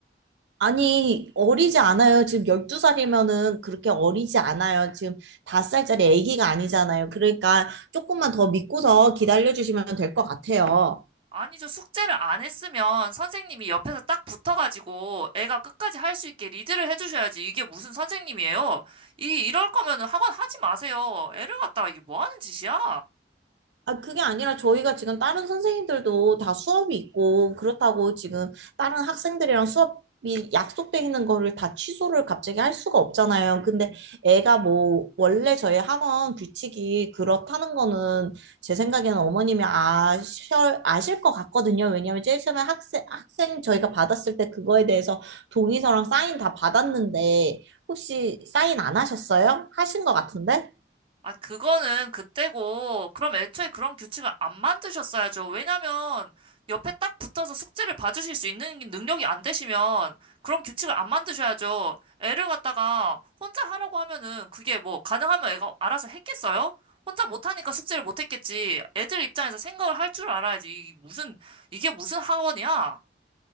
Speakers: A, on the right; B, on the right.
A: 아니, 어리지 않아요. 지금 12살이면은 그렇게 어리지 않아요. 지금 5살짜리 아기가 아니잖아요. 그러니까 조금만 더 믿고서 기다려주시면 될 것 같아요.
B: 아니죠. 숙제를 안 했으면 선생님이 옆에서 딱 붙어가지고 애가 끝까지 할 수 있게 리드를 해주셔야지. 이게 무슨 선생님이에요? 이, 이럴 거면은 학원 하지 마세요. 애를 갖다가 이게 뭐 하는 짓이야?
A: 아, 그게 아니라 저희가 지금 다른 선생님들도 다 수업이 있고, 그렇다고 지금 다른 학생들이랑 수업이 약속돼 있는 거를 다 취소를 갑자기 할 수가 없잖아요. 근데 애가 뭐, 원래 저희 학원 규칙이 그렇다는 거는 제 생각에는 어머님이 아셔, 아실 것 같거든요. 왜냐면 제일 처음에 학생, 학생 저희가 받았을 때 그거에 대해서 동의서랑 사인 다 받았는데, 혹시 사인 안 하셨어요? 하신 것 같은데?
B: 아, 그거는 그때고, 그럼 애초에 그런 규칙을 안 만드셨어야죠. 왜냐면, 옆에 딱 붙어서 숙제를 봐주실 수 있는 능력이 안 되시면, 그런 규칙을 안 만드셔야죠. 애를 갖다가 혼자 하라고 하면은, 그게 뭐, 가능하면 애가 알아서 했겠어요? 혼자 못하니까 숙제를 못했겠지. 애들 입장에서 생각을 할 줄 알아야지. 이게 무슨, 이게 무슨 학원이야?